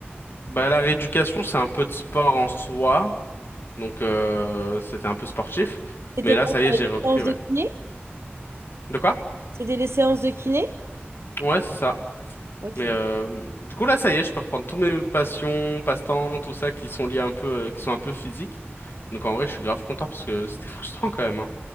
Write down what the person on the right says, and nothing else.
C'était
quoi?
T'avais
les
séances
de kiné?
C'était les séances de kiné?
Ok.